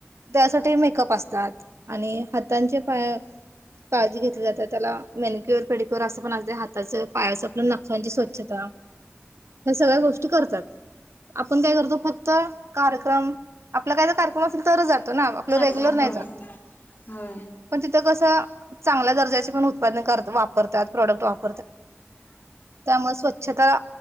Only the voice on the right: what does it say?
त्याच्यासाठी मेकअप असतात. आणि हातांचे पाय काळजी घेतली जात्या त्याला मेनिक्युअर, पेडिक्युअर बरं असं पण असतं हाताच, पायाच आपण नखाची स्वच्छता, या सगळ्या गोष्टी करतात. आपण काय करतो फक्त कार्यक्रम आपला काय कार्यक्रम असेल तरच जाते हो ना आपलं
रेग्युलर नाही
जात.
पण तिथं कस चा चांगल्या दर्जाचे उत्पन्न कर वापरतात. प्रोडक्ट वापरतात त्यामुळे स्वच्छता